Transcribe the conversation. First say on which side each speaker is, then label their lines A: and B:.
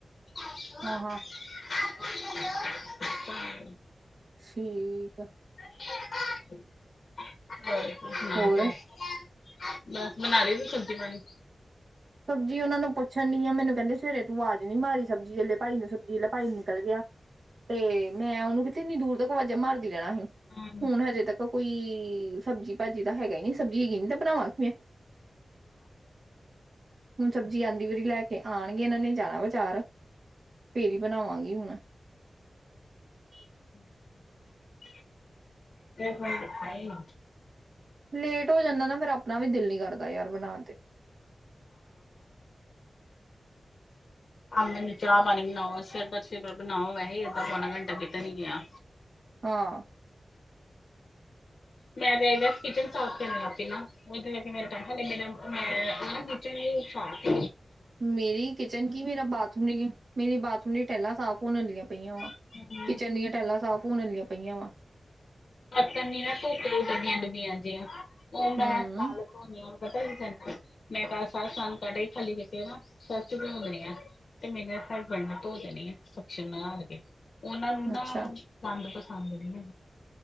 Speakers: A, on the left; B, on the right.
A: <unintelligible>
B: ਹਾਂ-ਹਾਂ,
A: ਹਾਂ,
B: ਠੀਕ ਆ।
A: <unintelligible> ਹੋਰ ਸੁਣਾ।
B: ਹੋਰ?
A: ਬਸ ਬਣਾ ਲਈ ਸਬਜੀ ਪਾਣੀ
B: ਸਬਜੀ ਉਹਨਾ ਨੂੰ ਪੁੱਛਣ ਡੀ ਆ ਮੈਨੂੰ ਕਹਿੰਦੇ ਫੇਰੇ ਤੂੰ ਆਜ ਨੀ ਮਾਰੀ ਸਬਜ਼ੀ ਆਲੇ ਭਾਈ ਨੂੰ ਸਬਜ਼ੀ ਲ ਭਾਈ ਨਿਕਲ ਗਿਆ। ਤੇ ਮੈਂ ਉਹਨੂੰ ਕਿਥ ਇੰਨੀ ਦੂਰ ਤੱਕ ਅਵਾਜ਼ਾਂ ਮਾਰਦੀ ਰਹਿਣਾ ਸੀ
A: ਹਾਂ
B: ਹੁਣ ਹਜੇ ਤੱਕ ਕੋਈ ਸਬਜ਼ੀ ਭਾਜੀ ਤਾਂ ਹੈਗਾ ਨਹੀਂ ਸਬਜ਼ੀ ਹੈਗੀ ਨੀ ਤਾਂ ਬਣਾਵਾਂ ਕਿ ਮੈਂ ਹੁਣ ਸਬਜ਼ੀ ਆਦੀ ਵਾਰੀ ਲੈ ਕੇ ਆਣਗੇ ਇਹਨਾਂ ਨੇ ਜਾਣਾ ਬਾਜਾਰ ਫੇਰ ਹੀ ਬਣਾਵਾਂਗੀ ਹੁਣ <unintelligible>
A: <unintelligible>
B: ਲੇਟ ਹੋ ਜਾਂਦਾ ਨਾ ਫੇਰ ਆਪਣਾ ਵੀ ਦਿਲ ਨ ਕਰਦਾ ਯਾਰ ਬਣਾਣ ਤੇ।
A: ਹਾਂ ਮੈਨੂੰ ਚਾਹ ਪਾਣੀ ਬਣਾਓ ਸਿਰ ਪਰ ਸਿਰ ਪਰ ਬਣਾਓ ਵੈਸੇ ਏਦ ਪੌਨਾ ਘੰਟਾ ਕਿਤੇ ਨੀ ਗਿਆ।
B: ਆਹ
A: ਮੈਂ ਤੇਗਾ ਕਿਚਨ ਸਾਫ਼ ਕਰਨੀ ਲੱ ਪ ਨਾ ਉਹਦੇ ਕਰਕੇ ਮੇਰਾ ਟਮ ਲ ਮੇ ਮੈਂ ਉਹ ਕਿਚਨ ਸਾਫ
B: ਮੇਰੀ ਕਿਚਨ ਕੀ ਮੇਰਾ ਬਾਥਰੂਮ ਮੇਰੀ ਬਾਥਰੂਮ ਲਈ ਟੈਲਾ ਸਾਫ਼ ਹੋਣ ਆਲੀਆ ਪਈਆਂ ਵਾ
A: ਹੂੰ
B: ਕਿਚਨ ਦੀਆਂ ਟੈਲਾਂ ਸਾਫ਼ ਹੋਨ ਆਲੀਆਂ ਪਈਆਂ ਵਾ।
A: ਬਰਤਨ ਨ ਨਾ ਧੋ ਧ ਡੱਬੀਆਂ ਡੱਬੀਆਂ ਜੀਆਂ ਉਹ ਮੈਂ
B: ਹੂੰ
A: ਚਾਲ ਤੋਂ ਹੋ ਨ ਪਤਾ ਕੀ ਕਰਨਾ ਮੈਂ ਤਾਂ ਸਾਰਾ ਸਾਨ ਕੱਢ ਹੀ ਖਾਲੀ ਜ ਕੇ ਨਾ ਸੱਸ ਚ ਵੀ ਦੇਣੀ ਆ ਤੇ ਮੇਰੀ ਨਾਲ ਫਰ ਬਣਨ ਧੋ ਦੇਣੀ ਆ ਸਸ਼ਮ ਲਗਾ ਲ ਕੇ ਉਹਨਾਂ ਨੂੰ ਨਾ
B: ਅੱਛਾ
A: ਗੰਦ ਪਸੰਦ ਨੀ ਆ।